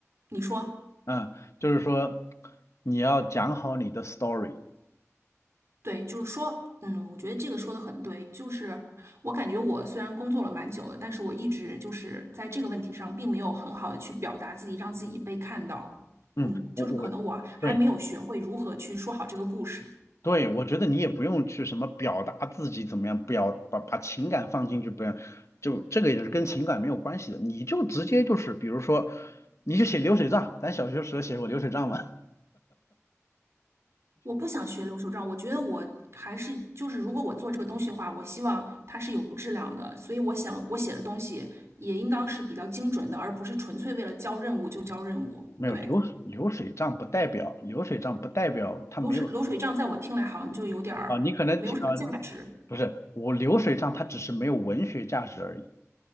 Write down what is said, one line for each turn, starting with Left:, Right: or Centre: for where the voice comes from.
Right: 你说。
Left: 嗯，就是说你要讲好你的 story。
Right: 对，就是说，嗯，我觉得这个说的很对。就是我感觉我虽然工作了蛮久了，但是我一直就是在这个问题上，并没有很好的去表达自己，让自己被看到。
Left: 嗯，
Right: 嗯，
Left: 我我。
Right: 就是可能我还没有学会如何去说好这个故事。
Left: 对。对，我觉得你也不用去什么表达自己怎么样，表把把情感放进去，不要，就这个也是跟情感没有关系的，你就直接就是，比如说，你就写流水账，咱小学时候写过流水账吗？<laughs>
Right: 我不想学流水账，我觉得我还是就是，如果我做这个东西的话，我希望它是有质量的。所以我想，我写的东西也应当是比较精准的，而不是纯粹为了交任务就交任务。
Left: 没有，
Right: 对，
Left: 流流水账不代表流水账不代表它没有
Right: 流水流水账在我听来好像就有点儿没有什么价值。
Left: 啊，你可能听啊，你不是我流水账它只是没有文学价值而已。